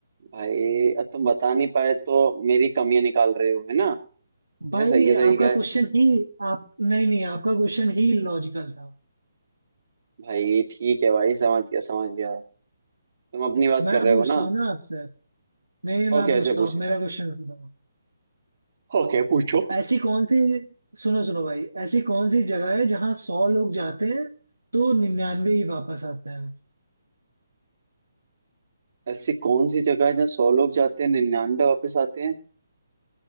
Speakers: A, on the right; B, on the right.
A: भाई अब तुम बता नहीं पाए तो मेरी कमियां निकाल रहे हो है ना
B: भाई
A: ये सही है तरीका
B: आपका
A: है
B: क्वेश्चन ही आप नहीं नहीं आपका क्वेश्चन ही लॉजिकल था
A: भाई ठीक है भाई समझ गया समझ गया तुम अपनी बात
B: मैं
A: कर रहे
B: पूछता
A: हो ना
B: हूँ ना आपसे नहीं नहीं
A: ओके
B: मैं पूछता
A: ऐसे
B: हूँ
A: पूछो
B: आप मेरा क्वेश्चन सुनो
A: ओके पूछो
B: ऐसी कौन सी सुनो सुनो भाई ऐसी कौन सी जगह है जहाँ सौ लोग जाते हैं तो निन्यानवे ही वापस आते हैं
A: ऐसी कौन सी जगह है जहाँ सौ लोग जाते हैं निन्यानवे वापस आते हैं